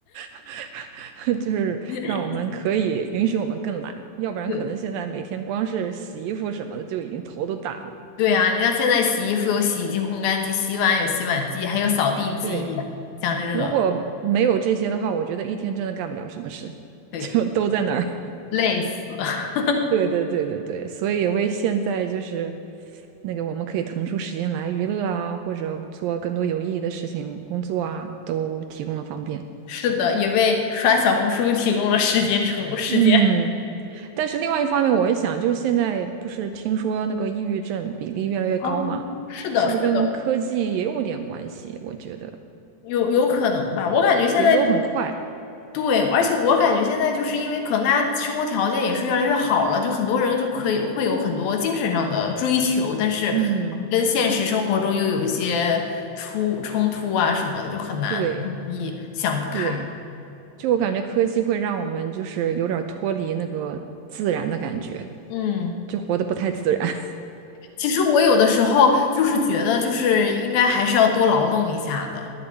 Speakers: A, on the right; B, on the left.
A: <laughs> 就是让我们可以允许我们更懒，
B: <laughs>
A: 要不然可能现在每天光是洗衣服什么的就已经头都大了。
B: 对对呀，你像现在洗衣服有洗衣机、烘干机，洗碗有洗碗机，还有扫地机，
A: 对，
B: 像这个，
A: 如果没有这些的话，我觉得一天真的干不了什么事，<laughs>
B: 对，
A: 就都在那儿。
B: 累死了。<laughs>
A: 对对对对对，所以为现在就是那个我们可以腾出时间来娱乐啊，或者做更多有意义的事情、工作啊，都提供了方便。
B: 是的，也为刷小红书提供了时间成时间。
A: 嗯。但是另外一方面，我一想，就是现在不是听说那个抑郁症比例越来越高嘛，
B: 哦，是的，
A: 是不是跟科技也有点关系？
B: 是的，
A: 我觉得
B: 有有可能吧？我感觉现在
A: 节奏很快，
B: 对，而且我感觉现在就是因为可能大家生活条件也是越来越好了，就很多人就可以会有很多精神上的追求，但是可能跟现实生活中又有一些出冲突啊什么的，
A: 嗯，
B: 就很难很容易想不开。
A: 对对，就我感觉科技会让我们就是有点儿脱离那个自然的感觉，
B: 嗯，
A: 就活得不太自然。<laughs>
B: 其实我有的时候就是觉得，就是应该还是要多劳动一下的，